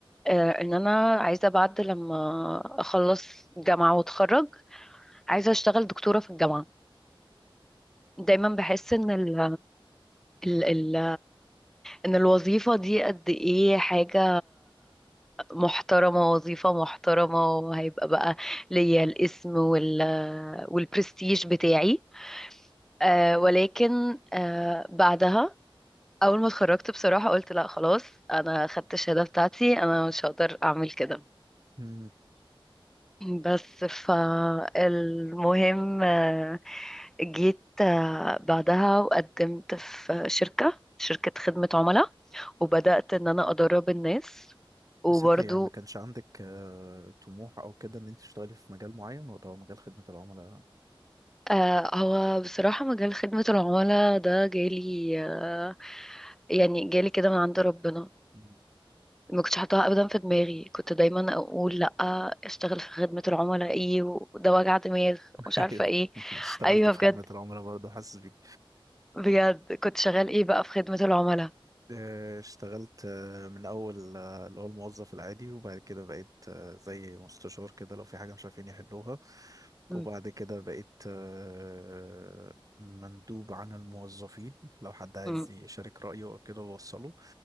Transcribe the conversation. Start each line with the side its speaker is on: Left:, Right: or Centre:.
Centre: آه، إن أنا عايزة بعد لما أخلص جامعة وأتخرج عايزة أشتغل دكتورة في الجامعة دايما بحس إن ال ال ال إن الوظيفة دي قد إيه حاجة محترمة وظيفة محترمة وهيبقى بقى ليا الاسم وال والبرستيج بتاعي آه، ولكن آه، بعدها اول ما اتخرجت بصراحة قلت لا خلاص انا خدت الشهادة بتاعتي انا مش هقدر اعمل كده
Right: مم.
Centre: بس فالمهم آه، جيت آه، بعدها وقدمت في شركة شركة خدمة عملاء وبدأت ان انا ادرب الناس وبرضو
Right: بس أنت يعني ما كانش عندك آه، طموح أو كده إن أنت تشتغلي في مجال معين ولا هو مجال خدمة العملاء؟
Centre: آه، هو بصراحة مجال خدمة العملاء ده جالي آه، يعني جالي كده من عند ربنا
Right: مم.
Centre: ما كنتش حاطاها ابدا في دماغي كنت دايما اقول لا اشتغل في خدمة العملاء ايه وده وجع دماغ
Right: <laughs>
Centre: ومش عارفة
Right: أيوه
Centre: ايه
Right: <laughs> اشتغلت
Centre: ايوه
Right: في
Centre: بجد
Right: خدمة العملاء برضه حاسس بيك
Centre: بجد كنت شغال ايه بقى في خدمة العملاء
Right: آه، اشتغلت آه، من اول آه، اللي هو الموظف العادي وبعد كده بقيت آه، زي مستشار كده لو في حاجه مش عارفين يحلوها
Centre: م-
Right: وبعد كده بقيت آه، مندوب عن الموظفين لو حد عايز
Centre: م.
Right: يشارك رايه او كده بوصله